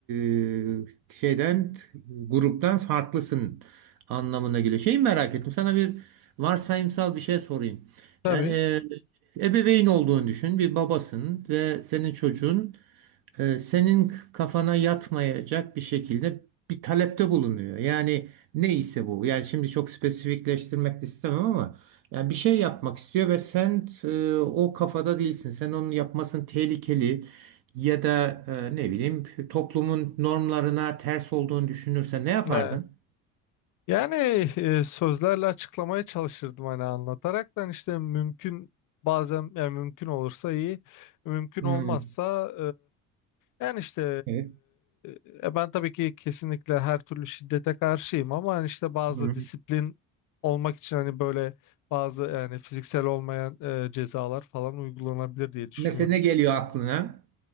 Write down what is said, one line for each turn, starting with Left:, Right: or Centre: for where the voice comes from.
Right: e, şeyden, gruptan farklısın anlamına geliyor. Şeyi merak ettim. Sana bir varsayımsal bir şey sorayım.
Left: Tabii.
Right: Yani e, ebeveyn olduğunu düşün. Bir babasın ve senin çocuğun e, senin kafana yatmayacak bir şekilde bir talepte bulunuyor. Yani neyse bu. Yani şimdi çok spesifikleştirmek de istemem ama yani bir şey yapmak istiyor ve sen e, o kafada değilsin. Sen onun yapmasının tehlikeli ya da e, ne bileyim toplumun normlarına ters olduğunu düşünürsen ne yapardın?
Left: Ne? Yani e, sözlerle açıklamaya çalışırdım hani anlataraktan işte mümkün bazen yani mümkün olursa iyi mümkün
Right: Hmm.
Left: olmazsa e, yani işte
Right: Evet,
Left: e, e, ben tabii ki kesinlikle her türlü şiddete karşıyım ama hani işte bazı
Right: Hmm.
Left: disiplin olmak için hani böyle bazı yani fiziksel olmayan e, cezalar falan uygulanabilir diye düşünüyorum.
Right: Mesela ne geliyor aklına?